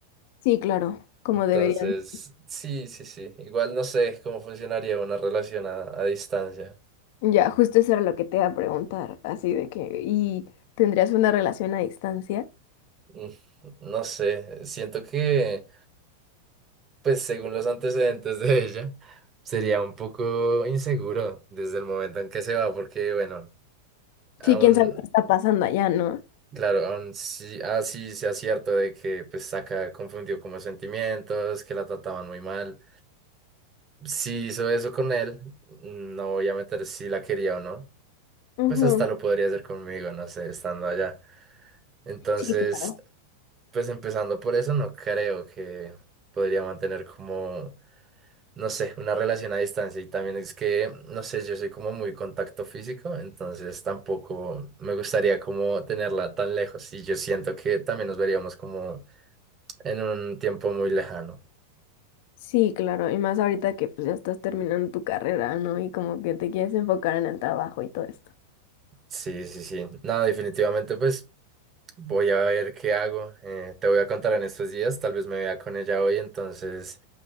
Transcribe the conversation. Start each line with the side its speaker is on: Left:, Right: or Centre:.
Left: Sí, claro, como
Right: Entonces,
Left: deberían.
Right: sí, sí, sí. Igual no sé cómo funcionaría una relación a, a distancia.
Left: Ya, justo eso era lo que te iba a preguntar, así de que, ¿y tendrías una relación a distancia?
Right: Mm, No sé, siento que... Pues según los antecedentes de ella, sería un poco inseguro desde el momento en que se va, porque bueno, aún,
Left: Sí, quién sabe qué está pasando allá, ¿no?
Right: claro, aún sí, así sea cierto de que pues Saka confundió como sentimientos, que la trataban muy mal. Si hizo eso con él, no voy a meter si la quería o no,
Left: Ujú,
Right: pues hasta lo podría hacer conmigo, no sé, estando allá. Entonces,
Left: Sí, claro.
Right: pues empezando por eso, no creo que podría mantener como no sé, una relación a distancia. Y también es que, no sé, yo soy como muy contacto físico, entonces tampoco me gustaría como tenerla tan lejos. Y yo siento que también nos veríamos como en un tiempo muy lejano.
Left: Sí, claro, y más ahorita que pues ya estás terminando tu carrera, ¿no? Y como que te quieres enfocar en el trabajo y todo esto.
Right: Sí, sí, sí. No, definitivamente, pues voy a ver qué hago. Eh, te voy a contar en estos días, tal vez me vea con ella hoy, entonces,